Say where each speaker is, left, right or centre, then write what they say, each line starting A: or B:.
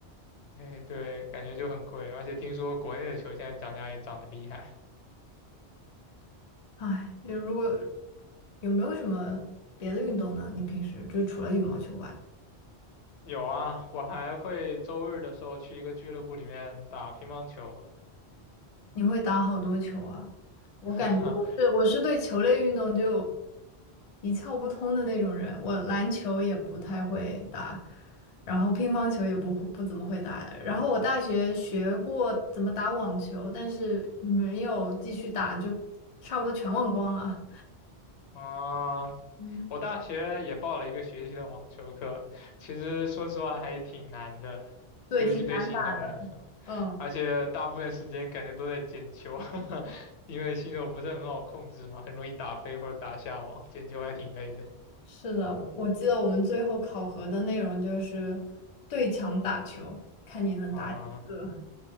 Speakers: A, on the left (about 80°); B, on the left (about 45°).
A: 哎，对，感觉就很贵，而且听说国内的球现在涨价也涨得厉害。
B: <laughs> 哎，就如果有没有什么别的运动呢？你平时就除了羽毛球外？
A: 有啊，我还会周日的时候去一个俱乐部里面打乒乓球。
B: 你会打好多球啊？
A: <laughs>
B: 我感觉我是我是对球类运动就一窍不通的那种人，我篮球也不太会打，然后乒乓球也不不怎么会打，然后我大学学过怎么打网球，但是没有继续打，就差不多全忘光了。
A: 啊，
B: 嗯，
A: 我大学也报了一个学期的网球课，其实说实话还挺难的，
B: 对，
A: 尤其对新手来说。
B: 挺难打。嗯，
A: 而且大部分时间感觉都在捡球，<laughs> 因为新手不是很好控制嘛，很容易打飞或者打下网，捡球还挺累的
B: 是的，我记得我们最后考核的内容就是对墙打球，看你能打几个。
A: 啊。